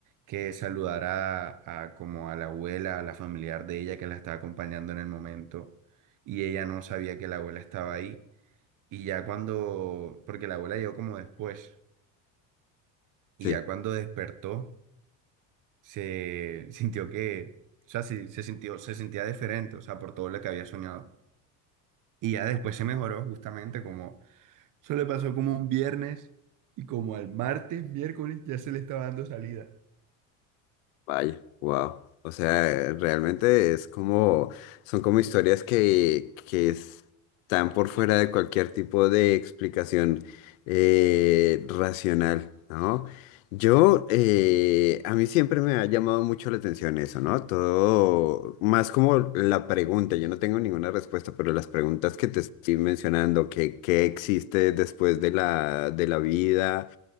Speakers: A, on the right (about 50°); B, on the left (about 85°).
A: que saludara a, a como a la abuela, a la familiar de ella que la estaba acompañando en el momento. Y ella no sabía que la abuela estaba ahí. Y ya cuando, porque la abuela llegó como después, y
B: Sí.
A: ya cuando despertó, se sintió que, o sea, sí, se sintió, se sentía diferente, o sea, por todo lo que había soñado. Y ya después se mejoró justamente como, eso le pasó como un viernes y como al martes, miércoles, ya se le estaba dando salida.
B: Vaya, wow. O sea, eh, realmente es como, son como historias que, que están por fuera de cualquier tipo de explicación eh, racional, ¿no? Yo, eh, a mí siempre me ha llamado mucho la atención eso, ¿no? Todo, más como la pregunta, yo no tengo ninguna respuesta, pero las preguntas que te estoy mencionando, que, qué existe después de la, de la vida?